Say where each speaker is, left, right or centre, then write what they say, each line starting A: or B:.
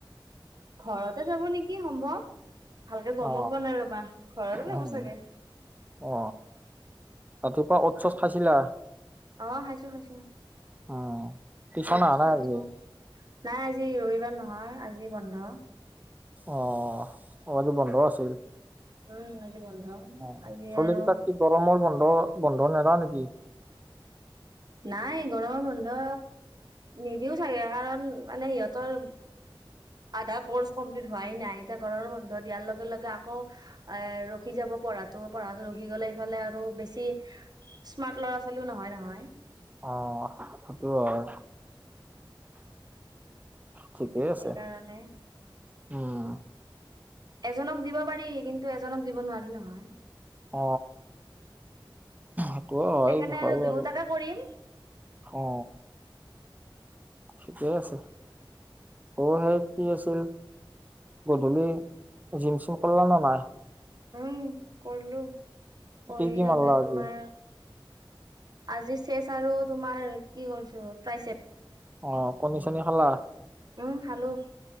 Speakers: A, on the right; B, on the right.
A: ঘৰতে যাব নিকি সম্ভৱ ভালকে গমো
B: অ
A: পোৱা নাই ৰবা ঘৰতে
B: উম
A: যাব চাগে
B: অ ৰাতিপুৱা অত চচ খাইছিলা
A: অ খাইছো খাইছো
B: উম টিউচন
A: অতচ
B: অহা নাই
A: খাইছো
B: আজি
A: নাই আজি ৰবিবাৰ নহয় আজি বন্ধ
B: অ আজি বন্ধ আছিল
A: উম আজি বন্ধ
B: অ
A: আজি
B: হলেকি
A: আৰু
B: তাত কি গৰমৰ বন্ধ বন্ধ নেদা নেকি
A: নাই গৰমৰ বন্ধ নিদিও চাগে কাৰণ মানে সিহঁতৰ আধা কৰ্চ কমপ্লিট হোৱাই নাই এতিয়া ঘৰৰ বন্ধ দিয়াৰ লগে লগে আকৌ এ ৰখি যাব পঢ়াটো পঢ়াটো ৰখি গলে ইফালে আৰু বেছি স্মাৰ্ট ল'ৰা ছোৱালীও নহয় নহয়
B: অ সেইটো হয় ঠিকেই আছে
A: সেইকাৰণে
B: উম
A: এজনক দিব পাৰি কিন্তু এজনক দিব নোৱাৰি নহয়
B: অ এটো হয়
A: সেইকাৰণে
B: হয়
A: আৰু দুয়োটাকে
B: বাৰু
A: কৰিম।
B: অ ঠিকেই আছে অ সেই কি আছিল গধূলি জিম চিম কৰলা নে নাই
A: উম কৰিলো কৰি
B: কি কি
A: কেনে
B: মাৰলা আজি
A: তোমাৰ আজি চেচ আৰু তোমাৰ কি কৰিছো প্ৰাই চেপ
B: অ কণী চনী খালা
A: উম খালো